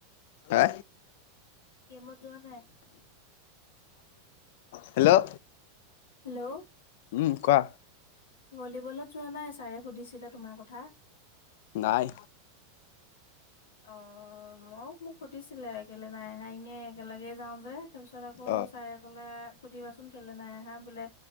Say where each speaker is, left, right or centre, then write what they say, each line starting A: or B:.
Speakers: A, on the left; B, on the left.
A: হা?
B: গেমত যোৱা নাই?
A: হেল্ল'।
B: হেল্ল'।
A: উম, কোৱা।
B: ভলীবলত যোৱা নাই, ছাৰে সুধিছিলে তোমাৰ কথা।
A: নাই।
B: অ' ময়ো মোক সুধিছিলে এ, কেইলে নাই আহা, এনে একেলগে যাওঁ যে। তাৰপিছত আকৌ
A: অ
B: ছাৰে ক'লে সুধিবাচোন কেইলে নাই আহা, বোলে